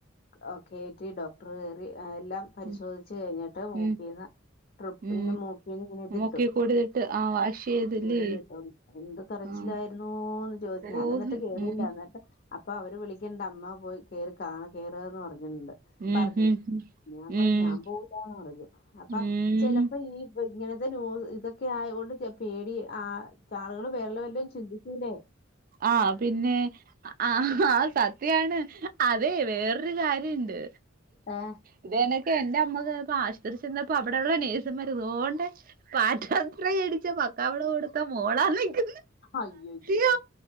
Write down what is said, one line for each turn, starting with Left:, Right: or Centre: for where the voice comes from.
Left: ഒ കേറ്റി ഡോക്ടർ കേറി ആഹ് എല്ലാം
Right: ഉം
Left: പരിശോധിച്ച് കഴിഞ്ഞിട്ട് മൂക്കീന്ന്
Right: ഉം
Left: ട്രിപ്പ്
Right: ഉം
Left: ഇങ്ങനെ മൂക്കീന്ന് ഇങ്ങ്നെ ഇതിട്ടു
Right: മൂക്കി കൂടിയിട്ട് ആഹ് വാഷ് ചെയ്തില്ലേ
Left: കൊഴലട്ടോ എന്ത് കറച്ചിലായിരുന്നോന്ന്
Right: ആഹ്
Left: ചോയിച്ചു ഞാന
Right: ഓഹ്
Left: എന്നിട്ട് കേറിയില്ല
Right: ഉം
Left: എന്നിട്ട് അപ്പൊ അവര് വിളിക്കണ്ട് അമ്മ പോയി കേറി കാ കേയറുന്ന് പറഞ്ഞു എന്ത്
Right: ഉം
Left: പറഞ്ഞേ
Right: ഉം
Left: ഞാൻ പറഞ്ഞു
Right: ഉം
Left: ഞാൻ പോവുലാന്ന് പറഞ്ഞു അപ്പ
Right: ഉം
Left: ചെലപ്പോ ഈ ഇങ്ങനത്തെ ന്യൂസ് ഇതൊക്കെ ആയൊണ്ട് കേ പേടിയ ആ കാളുകള് വേറെള്ള വല്ലം ചിന്തിക്കൂല്ലേ
Right: ആ പിന്നെ അ ആ സത്യയാണ് അത് എ വേറൊരു കാര്യണ്ട്
Left: ഏ
Right: ഇതനക്കെ എന്റെ അമ്മ കേ പ്പൊ ആശുപത്രി ചെന്നപ്പോ അവിടെയുള്ള നഴ്സുമാർ ഉള്ളോണ്ട് പാട്ടത്ര ഏടിച്ച പക്കവിടെ കൊടുത്ത മോളാനിക്കു
Left: അയ്യയ്യോ
Right: യൊ